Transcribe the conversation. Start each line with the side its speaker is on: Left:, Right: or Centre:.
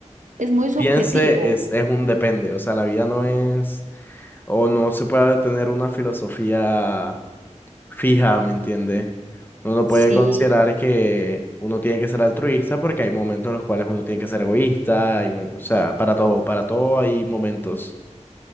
Right: es muy subjetivo.
Left: piense es, es un depende. O sea, la vida no es, o no se puede tener una filosofía fija, ¿me entiende? Uno no puede
Right: Sí,
Left: considerar que uno tiene que ser altruista porque hay momentos en los cuales uno tiene que ser egoísta. hay mo- o sea, para todo, para todo hay momentos.